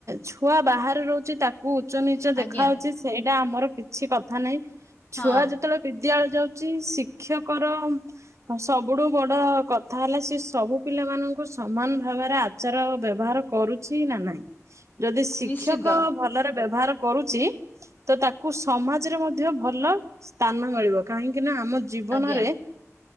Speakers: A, on the right (about 65°); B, on the left (about 35°).
A: ଛୁଆ ବାହାରେ ରହୁଚି ତାକୁ ଉଚ୍ଚ ନିଚ ଦେଖା
B: ଆଜ୍ଞା
A: ହଉଚି। ସେଇଟା ଆମର କିଛି କଥା ନାହିଁ ଛୁଆ
B: ହଁ
A: ଯେ ଯେତେବେଳେ ବିଦ୍ୟାଳୟ ଯାଉଛି ଶିକ୍ଷକର ହଁ, ସବୁଠୁ ବଡ କଥା ହେଲା ସିଏ ସବୁ ପିଲାମାନଙ୍କୁ ସମାନ ଭାବରେ ଆ ଆଚାର ବ୍ୟବହାର କରୁଛି ନା ନାଇଁ, ଯଦି ଶିକ୍ଷକ
B: ନିଶ୍ଚିନ୍ତ
A: ଭଲରେ ବ୍ୟବହାର କରୁଛି, ତ ତାକୁ ସମାଜରେ ମଧ୍ୟ ଭଲ ସ୍ଥାନ ମିଳିବ କାହିଁକି ନା ଆମ ଜୀବନରେ
B: ଆଜ୍ଞା।